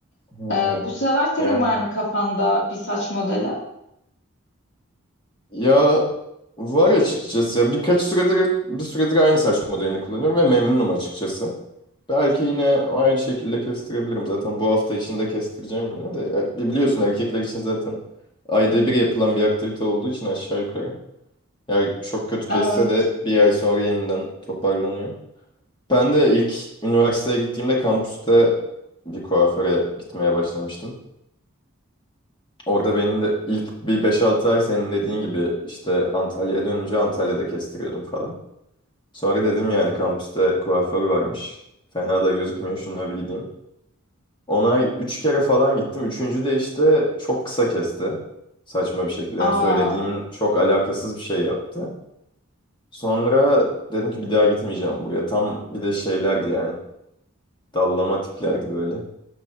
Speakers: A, on the left; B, on the left.
A: Hmm.
B: Ee, bu sıralar senin
A: Yani
B: var mı kafanda bir saç modeli?
A: Ya var açıkçası. Ya birkaç süredir bir süredir aynı saç modelini kullanıyorum ve memnunum açıkçası. Belki yine aynı şekilde kestirebilirim. Zaten bu hafta içinde kestireceğim yine de. Ya biliyorsun erkekler için zaten ayda bir yapılan bir aktivite olduğu için aşağı yukarı. Yani çok kötü
B: Evet.
A: kesse de bir ay sonra yeniden toparlanıyor. Ben de ilk üniversiteye gittiğimde kampüste bir kuaföre gitmeye başlamıştım. Orada benim de ilk bir beş altı ay senin dediğin gibi işte Antalya'ya dönünce Antalya'da kestiriyordum falan. Sonra dedim yani kampüste kuaför varmış. Fena da gözükmüyor şunlara bir gideyim. Ona ay 3 kere falan gittim. Üçüncü de işte çok kısa kesti. Saçma bir şekilde
B: Aa,
A: yani söylediğimin çok alakasız bir şey yaptı. Sonra dedim ki bir daha gitmeyeceğim buraya. Tam bir de şeylerdi yani. Dallama tiplerdi böyle.